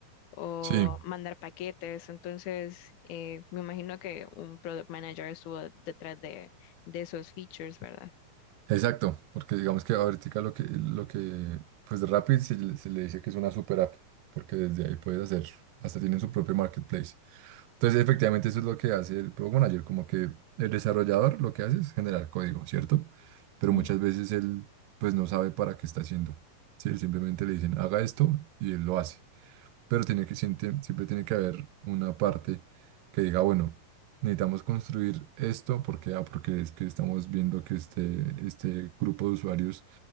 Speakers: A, on the left; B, on the right.
A: o
B: Sí.
A: mandar paquetes. Entonces, eh, me imagino que un product manager estuvo detrás de, de esos features, ¿verdad?
B: Exacto, porque digamos que ahorita lo que, lo que, pues Rapid se, le se le dice que es una super app, porque desde ahí puedes hacer, hasta tienen su propio marketplace. Entonces, efectivamente, eso es lo que hace el Product Manager, como que el desarrollador lo que hace es generar código, ¿cierto? Pero
A: Ujú,
B: muchas veces él, pues no sabe para qué está haciendo. Sí, él simplemente le dicen, haga esto y él lo hace pero tiene que, siempre, siempre tiene que haber una parte que diga, bueno, necesitamos construir esto porque, ah, porque es que estamos viendo que este, este grupo de usuarios